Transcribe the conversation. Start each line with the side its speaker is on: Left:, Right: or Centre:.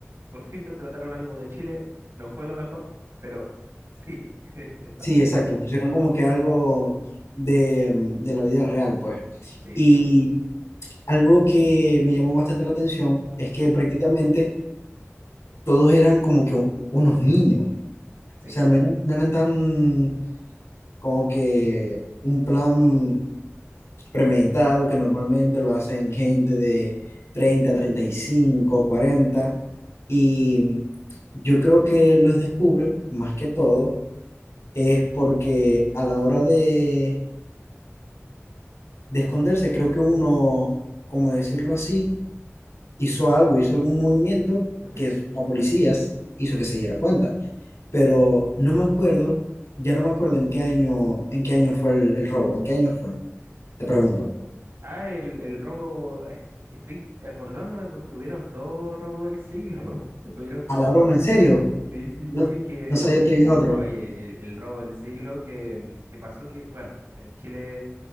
Right: por fin retrataron algo de Chile, no fue lo mejor, pero sí, <laughs> está,
Left: sí, exacto. Pusieron como que algo de, mm, de la vida real, pues.
Right: sí,
Left: Y algo que me llamó bastante la atención es
Right: ujú,
Left: que prácticamente todos eran como que u- unos niños. O
Right: sí.
Left: sea, no eran, no eran tan como que un plan premeditado, que normalmente lo hacen gente de treinta, treinta y cinco, cuarenta y yo creo que los descubren más que todo es porque a la hora de, de esconderse, creo que uno, como decirlo así, hizo algo, hizo algún movimiento
Right: ujú.
Left: que la policía hizo que se diera cuenta. Pero no me acuerdo, ya no me acuerdo en qué año, en qué año fue el, el robo, en qué año fue, te pregunto.
Right: Ah, el, el robo, eh, estoy acordándome porque hubieron dos robos del siglo, <laughs> hubieron como...
Left: A la broma, ¿en serio?
Right: Sí, sí,
Left: No,
Right: sí, es que,
Left: no sabía que
Right: es
Left: había
Right: que-
Left: otro.
Right: oye, el, el robo del siglo que, que pasó que, bueno, en Chile